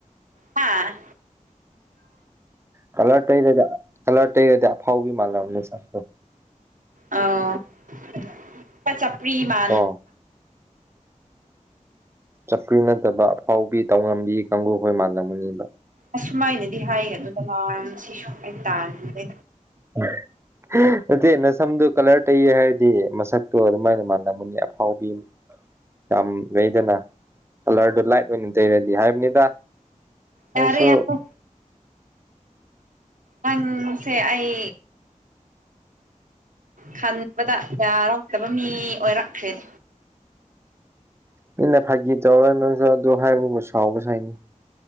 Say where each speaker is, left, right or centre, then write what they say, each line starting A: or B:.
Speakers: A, on the right (about 75°); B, on the right (about 20°).
A: ꯍꯥꯥ
B: ꯀꯂꯔ ꯇꯩꯔꯗ ꯀꯂꯔ ꯇꯩꯔꯦꯗꯤ ꯑꯐꯥꯎꯕꯤ ꯃꯥꯒꯦꯅꯤ ꯁꯇ
A: ꯑꯣ ꯆꯄ꯭ꯔꯤꯃ
B: ꯑꯣ ꯆꯞꯄꯔꯤ ꯅꯠꯇꯕ ꯑꯐꯥꯎꯕꯤ ꯇꯧꯉꯝꯕꯤ ꯀꯥꯡꯕꯨꯈꯣꯏ ꯃꯥꯥꯟꯂꯝꯃꯨꯅꯤꯕ
A: ꯑꯁꯨꯃꯥꯏꯅꯗꯤ ꯍꯥꯏꯒꯅꯨꯗ ꯃ ꯁꯤꯁꯨ ꯑꯩ ꯇꯥꯟꯅꯤꯡꯗꯦ
B: <inaudible> ꯅꯠꯇꯦ ꯅ ꯁꯝꯗꯣ ꯀꯂꯔ ꯇꯩꯌꯦ ꯍꯥꯏꯔꯗꯤ ꯃꯁꯛꯇꯣ ꯑꯗꯨꯃꯥꯏꯅ ꯃꯥꯜꯂꯝꯒꯅꯤ ꯑꯐꯥꯎꯕꯤ ꯌꯥꯝ ꯂꯩꯗꯅ ꯀꯂꯔꯗꯨꯣ ꯂꯥꯏꯠ ꯑꯣꯏꯅ ꯇꯩꯔꯗꯤ ꯍꯥꯏꯕꯅꯤꯗ ꯅꯪꯁꯨ
A: ꯌꯥꯔꯦ ꯌꯥꯔ ꯅꯪꯁꯦ ꯑꯩ ꯈꯟꯕꯗ ꯌꯥꯌꯥꯔꯛꯇꯕ ꯃꯤ ꯑꯣꯏꯔꯛꯈ꯭ꯔꯦ
B: ꯃꯤꯅ ꯐꯥꯒꯤ ꯇꯧꯔ ꯅꯪꯁꯨ ꯑꯗꯨ ꯍꯥꯏꯕꯕꯨ ꯁꯥꯎꯕꯁꯨ ꯍꯥꯏꯅꯤ